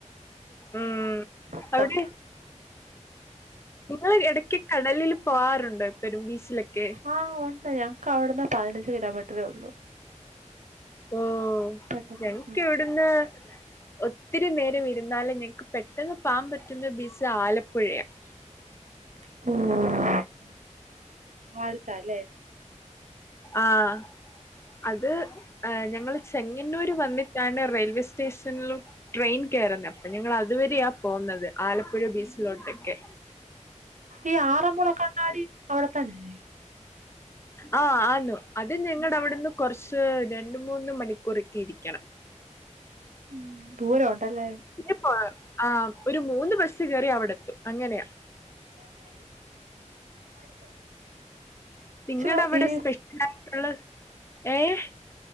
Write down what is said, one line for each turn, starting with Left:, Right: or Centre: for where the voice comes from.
Left: മ്മ്
Right: മൊത്തം
Left: അവിടെ നിങ്ങൾ ഇടക്ക് കടലിൽ പോകാറുണ്ടോ എപ്പോഴും ബീചിലൊക്കെ
Right: ആഹ ഉണ്ട് ഞങ്ങക്ക് അവിടുന്ന് പതിനഞ്ച് കിലോമീറ്ററേ ഉള്ളൂ
Left: ഓഹ്
Right: പെട്ടെന്ന്
Left: ഞങ്ങക്ക്
Right: വാ.
Left: ഇവിടുന്ന് ഒത്തിരി നേരം ഇരുന്നാലും ഞങ്ങക്ക് പെട്ടെന്ന് പോവാൻ പറ്റുന്ന ബീച്ച് ആലപ്പുഴയാണ്
Right: ഉംഹ് അടുത്താലേ
Left: ആഹ് അത് ഞങ്ങള് ചെങ്ങന്നൂര് വന്നി ട്ടാണ് റെയിൽവേ സ്റ്റേഷനിലും ട്രെയിൻ കയറുന്നെ അപ്പൊ ഞങ്ങൾ അതുവഴിയാ പോകുന്നത് ആലപ്പുഴ ബീച്ചിലോട്ടൊക്കെ
Right: ഈ ആറന്മുള കണ്ണാടി അവിടെത്തന്നല്ലേ
Left: ആ ആന്ന് അത് ഞങ്ങടെ അവിടുന്ന് കുറച്ച് രണ്ടു മൂന്ന് മണിക്കൂറൊക്കെ ഇരിക്കണം
Right: ഉംഹ് ദൂരം ഉണ്ടല്ലേ
Left: <unintelligible> ആ ഒരു മൂന്ന് ബസ് കയറി അവിടെ എത്തും അങ്ങനെയാ
Right: <unintelligible>
Left: നിങ്ങളുടെ
Right: ചോ
Left: അവിടെ
Right: ഈ
Left: സ്പെഷ്യൽ ആയിട്ടുള്ള ഏഹ്